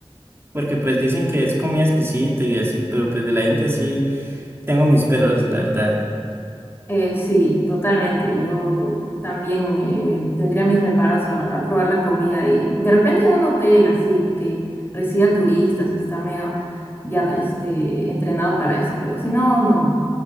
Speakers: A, on the right; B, on the left.
A: porque pues dicen que es comida exquisita y así, pero pues de la India sí tengo mis peros, la verdad.
B: Eh, sí, totalmente. Yo también eh, tendría mis reparos a, a probar la comida y de repente en un hotel así que reciba turistas y está medio ya este, entrenado para eso, pero si no, no,